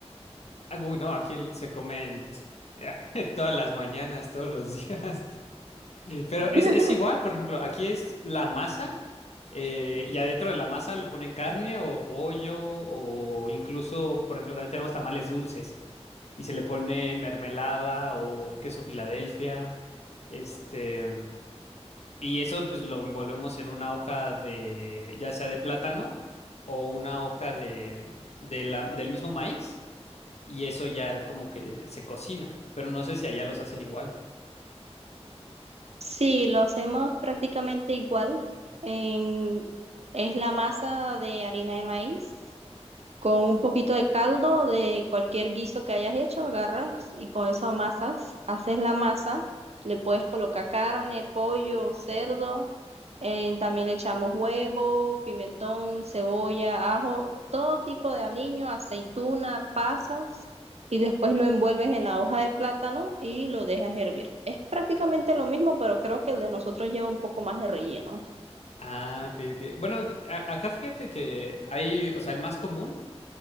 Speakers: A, on the left; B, on the right.
A: Ah, uy, no, aquí el- se comen <laughs> todas las mañanas, todos los días. <laughs> Pero
B: <laughs>
A: es, es igual, por ejemplo, aquí es la masa eh, y adentro de la masa le ponen carne o pollo o incluso, por ejemplo, también tenemos tamales dulces y se le pone mermelada o queso Filadelfia. Este, y eso pues lo envolvemos en una hoja de, ya sea de plátano o una hoja de, de la- del mismo maíz y eso ya como que se cocina, pero no sé si allá los hacen igual.
B: Sí, lo hacemos prácticamente igual. En- es la masa de harina de maíz. Con un poquito de caldo de cualquier guiso que hayas hecho, agarras y con eso amasas, haces la masa, le puedes colocar carne, pollo, cerdo, eh, también le echamos huevo, pimentón, cebolla, ajo, todo tipo de aliño, aceituna, pasas, y después lo envuelves en la hoja de plátano y lo dejas hervir. Es prácticamente lo mismo, pero creo que el de nosotros lleva un poco más de relleno.
A: Ah, ok, ok. Bueno, a- acá fíjate que hay, o sea, el más común,